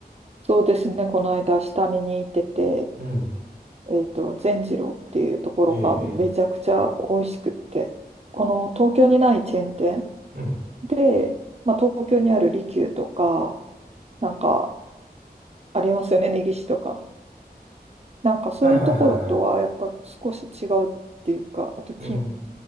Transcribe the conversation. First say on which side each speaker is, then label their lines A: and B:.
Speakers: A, on the right; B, on the right.
A: そうですね。この間下見に行ってて、
B: うん。
A: えっと、善次郎っていうところがめちゃくちゃ美味しくって、
B: ええ、え
A: この東京にないチェーン店
B: え。うん。
A: で、まあ、東京にある利休とか、なんかありますよね、根岸とか。なんかそういうところとはやっぱ少し違うっていうか、
B: はいはいはいはい。
A: あとき、
B: うん。